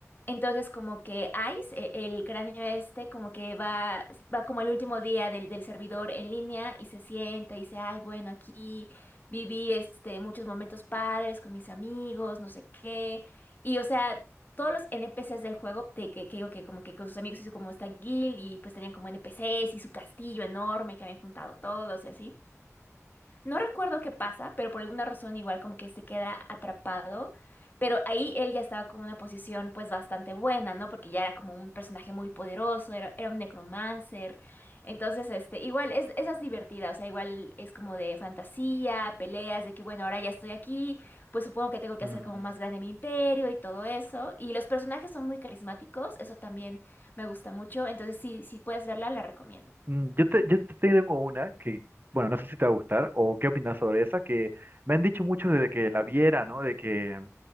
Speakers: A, on the left; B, on the right.
A: Entonces como que Ice, e- el cráneo este, como que va, va como el último día del, del servidor en línea y se sienta y dice, ay, bueno, aquí viví este, muchos momentos padres con mis amigos, no sé qué. Y, o sea, todos los NPCs del juego, de que, que digo que como que con sus amigos hizo como esta guild y pues tenían como NPCs y su castillo enorme que habían juntado todos y así. No recuerdo qué pasa, pero por alguna razón igual como que se queda atrapado. Pero ahí él ya estaba con una posición pues bastante buena, ¿no? Porque ya era como un personaje muy poderoso, era, era un necromancer. Entonces, este, igual es, esa es divertida, o sea, igual es como de fantasía, peleas, de que bueno, ahora ya estoy aquí, pues supongo que tengo que
B: Mm,
A: hacer como más grande mi imperio y todo eso. Y los personajes son muy carismáticos, eso también me gusta mucho. Entonces, sí, si puedes verla, la recomiendo.
B: mm, Yo te, yo te tengo una que, bueno, no sé si te va a gustar o qué opinas sobre esa, que me han dicho mucho desde que la viera, ¿no? De que,